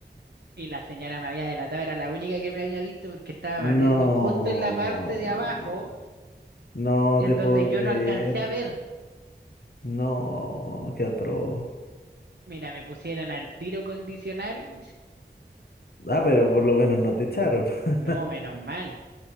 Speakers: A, on the right; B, on the left.
A: y la señora me había delatado, era la única que me había visto porque estaba
B: No,
A: barriendo justo en la parte de abajo
B: no
A: en
B: te
A: donde
B: puedo
A: yo
B: creer.
A: no alcancé a ver.
B: No, qué atroz.
A: Mira, me pusieron al tiro condicional.
B: Ah, pero por lo menos no te echaron. <laughs>
A: No, menos mal.